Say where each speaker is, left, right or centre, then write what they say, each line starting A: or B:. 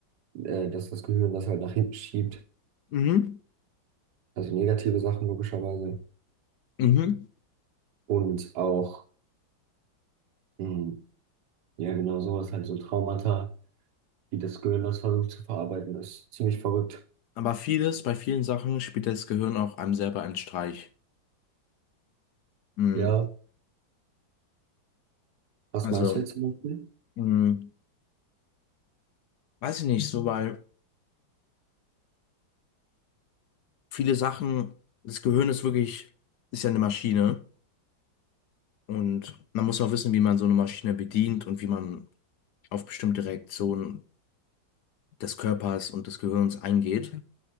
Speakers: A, on the right; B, on the left.
A: äh, dass das Gehirn das halt nach hinten schiebt.
B: mhm,
A: Also negative Sachen logischerweise.
B: mhm.
A: Und auch, hm, ja, genau so, das ist halt so Traumata. wie das Gehirn das versucht zu verarbeiten, ist ziemlich verrückt.
B: Aber vieles, bei vielen Sachen spielt das Gehirn auch einem selber einen Streich. Mhm.
A: Ja, was
B: Also,
A: meinst du jetzt zum Beispiel?
B: mhm. Weiß ich nicht, so weil viele Sachen, das Gehirn ist wirklich, ist ja eine Maschine und man muss auch wissen, wie man so eine Maschine bedient und wie man auf bestimmte Reaktionen des Körpers und des Gehirns eingeht